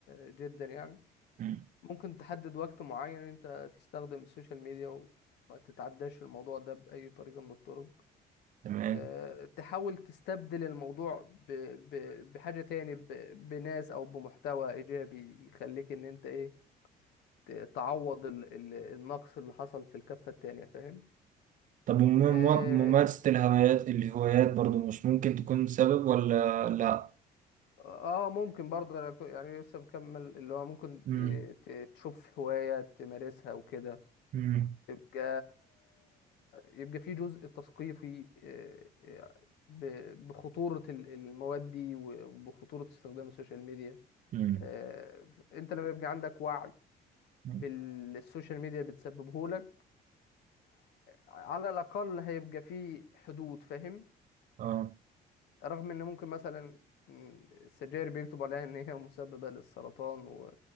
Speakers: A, on the left; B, on the right.
A: آه، جدا يعني
B: مم.
A: ممكن تحدد وقت معين انت تستخدم السوشيال ميديا وما تتعداش الموضوع ده باي طريقة من الطرق
B: تمام
A: آه، تحاول تستبدل الموضوع ب- ب- بحاجة تاني ب- بناس او بمحتوى ايجابي يخليك ان انت ايه ت- تعوض ال- ال- النقص اللي حصل في الكفة التانية فاهم
B: طب وم- مم-
A: آه،
B: ممارسة الهوايات الهوايات برضو مش ممكن تكون سبب ولا لا؟
A: اه ممكن برضه أنا كو- يعني لسه بكمل اللي هو ممكن
B: مم.
A: ت- ت- تشوف هواية تمارسها وكده
B: مم.
A: يبقى يبقى في جزء تثقيفي آه، آه، ب- بخطورة ال- المواد دي و- وبخطورة استخدام السوشيال ميديا
B: مم.
A: آه، انت لما يبقى عندك وعي
B: مم.
A: بالسوشيال ميديا بتسببه لك على الأقل هيبقى في حدود فاهم
B: اه
A: رغم ان ممكن مثلا مم، السجاير بيكتبوا عليها ان هي مسببة للسرطان و...